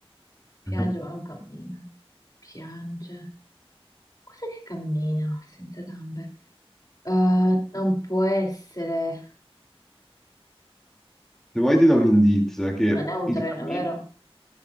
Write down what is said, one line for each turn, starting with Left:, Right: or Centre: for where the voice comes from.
Left: Piange
Centre: <laughs>
Left: ma non cammina. Piange. Cos'è che cammina senza gambe? Eh, non può essere.
Centre: Se vuoi ti do un indizio, è che
Left: Non è un
Centre: il
Left: treno,
Centre: cammino...
Left: vero?